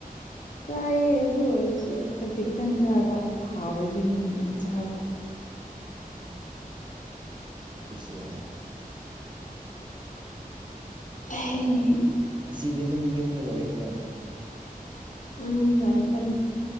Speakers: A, on the left; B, on the right.
A: ꯆꯥꯏꯌꯦ ꯑꯗꯨ ꯑꯣꯏꯔꯖꯨ ꯈꯖꯤꯛꯇꯪ ꯆꯥꯕ ꯍꯥꯎꯔꯗꯤ ꯌꯥꯝ ꯌꯥꯝ ꯌꯥꯝ ꯆꯥꯕ
B: ꯑꯣ ꯑꯗꯨꯁꯨ ꯌꯥꯏ
A: ꯍꯥꯏ
B: ꯑꯁꯤꯗꯤ ꯑꯗꯨꯝ ꯌꯨꯝꯗ ꯂꯩꯒꯗ꯭ꯔꯣ
A: ꯎꯝ ꯂꯩꯒꯅꯤ